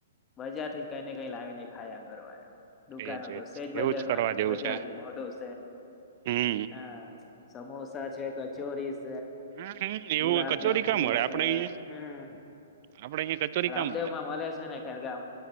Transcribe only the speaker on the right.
એજ એજ
એવું કરવા જેવું
છે
હમ
હમ હમ
એવું કચોરી ક્યાં મળે આપડે
અહીંયા
આપડે અહીંયા કચોરી ક્યાં
મળે